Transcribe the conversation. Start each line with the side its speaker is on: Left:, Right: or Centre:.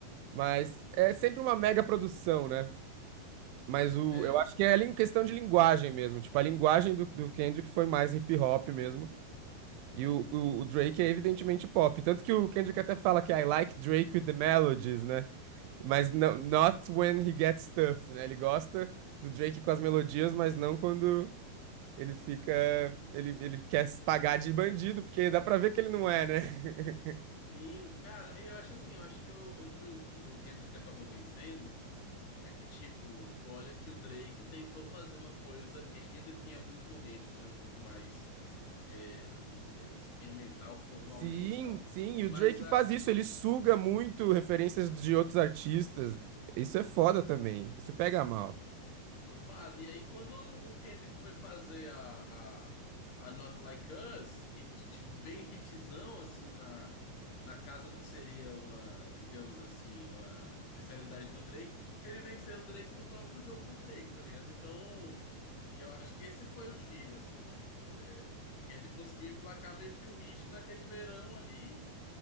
Right: mas é sempre uma mega produção, né? Mas o,
Left: É,
Right: eu acho que é em questão de linguagem mesmo. Tipo, a linguagem do, do Kendrick foi mais hip hop mesmo. E o, o, o Drake é evidentemente pop. Tanto que o Kendrick até fala que I like Drake with the melodies, né? Mas não, not when he gets tough, né? Ele gosta do Drake com as melodias, mas não quando ele fica. Ele, ele quer se pagar de bandido, porque dá pra ver que ele não é, né? <laughs>
Left: sim, cara, e eu acho assim, eu acho que o- onde o, o Kendrick acabou vencendo. É que, tipo, tu olha que o Drake tentou fazer uma coisa Kendrick em alguns momentos, né? Um pouco mais é, experimental, formalmente
Right: Sim,
Left: e tal.
Right: sim. E
Left: Mas
Right: o Drake
Left: a,
Right: faz isso. Ele suga muito referências de outros artistas. Isso é foda também. Isso pega mal.
Left: Topado. E aí, quando o Kendrick foi fazer a, a, a Not Like Us, hit- bem hitzão, assim, na, na casa do que seria uma, digamos assim, uma especialidade do Drake, ele venceu o Drake no próprio jogo do Drake, tá ligado? Então, eu acho que esse foi o giro, assim, tipo, é, o Kendrick conseguiu emplacar meio que o hit daquele verão ali,